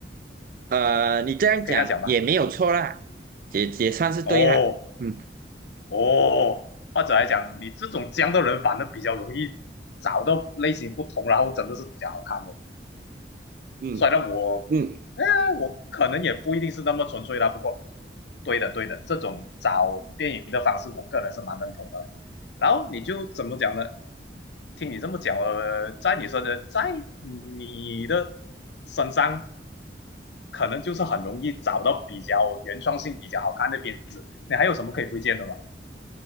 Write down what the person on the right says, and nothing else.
呃，你这样讲也没有错啦，
也也算是对啦。
嗯
嗯
嗯。